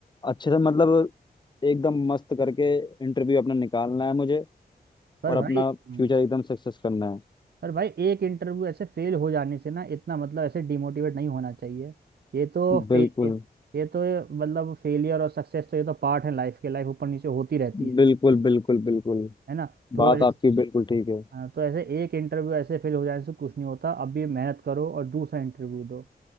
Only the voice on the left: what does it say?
अच्छे से मतलब एकदम मस्त करके इंटरव्यू अपना निकालना है मुझे
और
अपना फ्यूचर
एकदम सक्सेस करना है
बिल्कुल
बिल्कुल बिल्कुल बिल्कुल
बात
आपकी बिल्कुल ठीक है